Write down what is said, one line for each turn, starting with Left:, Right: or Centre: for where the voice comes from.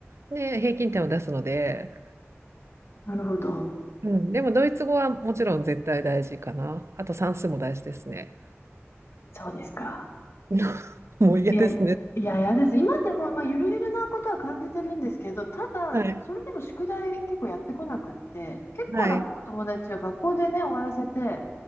Right: で、平均点を出すので、
Left: なるほど。
Right: うん、でもドイツ語はもちろん絶対大事かな。あと算数も大事ですね。
Left: そうですか。
Right: <laughs> もう嫌ですね。
Left: いや、いや、嫌です。今でも、まあ、ゆるゆるなことは感じてるんですけど、ただ、
Right: はい、
Left: それでも宿題結構やってこなくって、結構なお友達は学校でね、
Right: はい、
Left: 終わらせて、